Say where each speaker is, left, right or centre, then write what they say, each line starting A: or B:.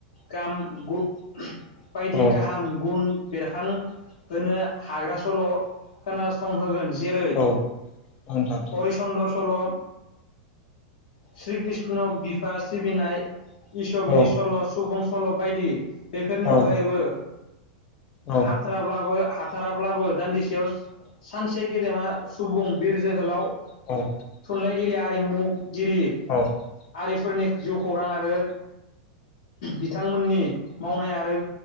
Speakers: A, on the left (about 65°); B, on the left (about 25°).
A: गाम गु <unintelligible> बायदि
B: औ
A: गाहाम गुन बेरखांहोनो हाग्रा सल' खोनासंहोगोन। जेरै
B: औ नोंथां
A: हरिचन्द्र सल' श्री कृष्ण बिफा सिबिनाय इसबनि
B: औ
A: सल' सुबुं सल' बायदि बेफोरनि
B: औ
A: अनगायैबो
B: औ
A: हाथ्राब्लाबो हाथाराब्लाबो दान्दिसेयाव सानसे गेदेमा सुबुं बिर जोहोलाव
B: औ।
A: थुनलाइगिरि आरिमुगिरि
B: औ
A: आरि फोरनि जिउ खौरां आरो बिथांमोननि मावनाय आरो